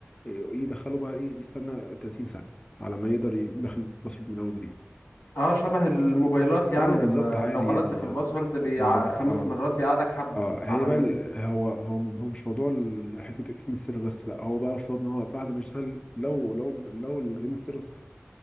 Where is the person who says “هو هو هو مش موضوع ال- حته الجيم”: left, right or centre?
Left